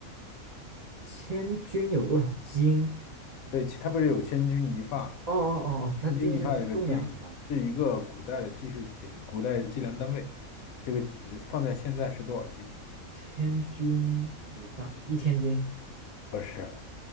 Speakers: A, on the right (about 75°); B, on the left (about 80°).
A: 千钧有多少斤？
B: 对，其他不是有千钧一发？
A: 哦哦哦哦，那钧是指重量是吗？
B: 千钧一发这个钧是一个古代的技术的古代计量单位，这个呃放在现在是多少斤？
A: 千钧一发，一千斤。
B: 不是，